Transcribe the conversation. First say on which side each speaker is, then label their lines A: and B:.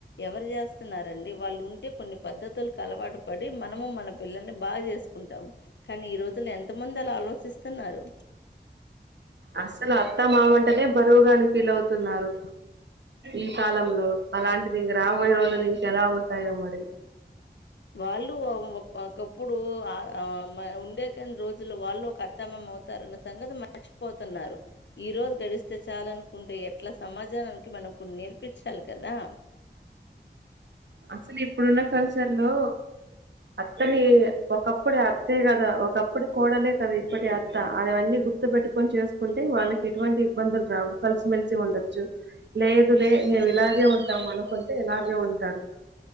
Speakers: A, on the left; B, on the right.
A: ఎవరు చేస్తున్నారండి వాళ్ళు ఉంటే కొన్ని పద్ధతుల అలవాటు పడి మనము మన పిల్లల్ని బాగా చేసుకుంటాము కానీ ఈ రోజుల్లో ఎం త మందలా ఆలో చిస్తున్నారు
B: అస్సలు అత్త మామంటనే బరువుగానే ఫీల్ అవుతున్నారు ఈ కాలంలో అలాంటిది ఇంక రాబోయే రోజులు ఇంకెలా ఉంటాయో మరి
A: వాళ్ళు ఒకప్పుడు ఆ ఉండే కన్ని రోజులు వాళ్ళు ఒక అత్తామామ అవుతారన్న సంగతి మర్చిపోతున్నారు ఈ రోజు గడిస్తే చాలనుకుంటే ఎట్లా సమాజానానికి మనం కొన్ని నేర్పించాలి కదా
B: అసలు ఇప్పుడున్న కల్చర్ లో అత్తని ఒకప్పుటి అత్తే కదా, ఒకప్పుటి కోడలే కదా, ఇప్పటి అత్త అదివన్నీ గుర్తు వెట్టుకొని చేసుకుంటే వాళ్ళకి ఎటువంటి ఇబ్బందులు రావు కలిసిమెలిసి ఉండొచ్చు, లేదు లే మేము ఇలాగే ఉంటాం అనుకుంటే ఇలాగే ఉంటారు.